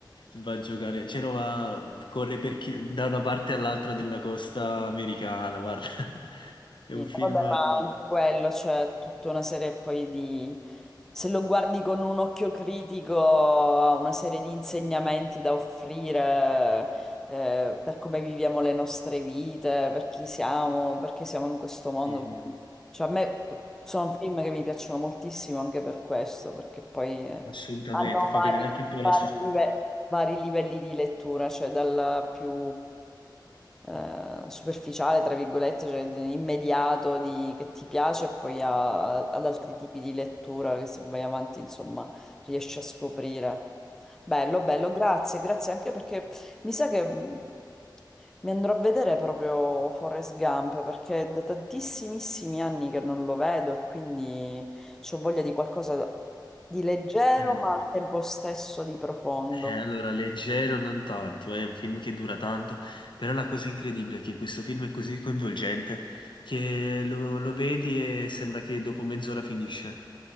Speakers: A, on the left; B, in the centre.
A: Va a giocare, cioè no, va, corre per chi- da una parte all'altra della costa americana, guarda. <laughs> È
B: visto.
A: un film
B: Vabbè, ma
A: eh,
B: anche quello, c'è tutta una serie poi di se lo guardi con un occhio critico, ha una serie di insegnamenti da offrire, eh, per come viviamo le nostre vite, per chi siamo, perché siamo in questo mondo.
A: che
B: Quindi, cioè, a me sono film che mi piacciono moltissimo anche per questo, perché poi eh,
A: assolutamente
B: hanno
A: fa
B: vari,
A: vedere anche un po'
B: vari
A: la
B: live- vari livelli di lettura, cioè dal più eh, superficiale, tra virgolette, cioè di- immediato di- che ti piace, e poi a- ad altri tipi di lettura che se vai avanti, insomma, riesci a scoprire. Bello, bello, grazie, grazie anche perché mi sa che mh, mi andrò a vedere proprio Forrest Gump perché è da tantissimissimi anni che non lo vedo e quindi ho voglia di qualcosa di leggero
A: società.
B: ma al tempo stesso di profondo.
A: Eh, allora, leggero non tanto, eh, è un film che dura tanto, però la cosa incredibile è che questo film è così coinvolgente che lo, lo vedi e sembra che dopo mezz'ora finisce.